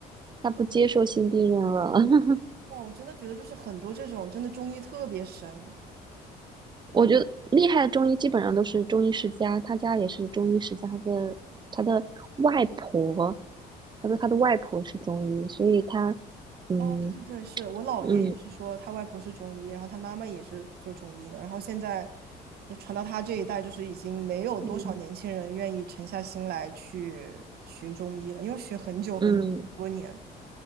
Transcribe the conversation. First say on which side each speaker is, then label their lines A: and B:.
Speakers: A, on the right (about 25°); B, on the right (about 65°).
A: 他不接受新病人了。<laughs>
B: 哇，我真的觉得就是很多这种真的中医特别神，
A: 我觉得厉害的中医基本上都是中医世家，他家也是中医世家，他的他的外婆，他说他的外婆是中医，所以他嗯
B: 哦，对对对，是我姥爷也是说他外婆是中医，
A: 嗯
B: 然后他妈妈也是做中医的，然后现在呃传到他这一代，就是已经没有多少年轻人愿意沉下心来去学中医了，
A: 嗯
B: 因为学很久很多年。
A: 嗯，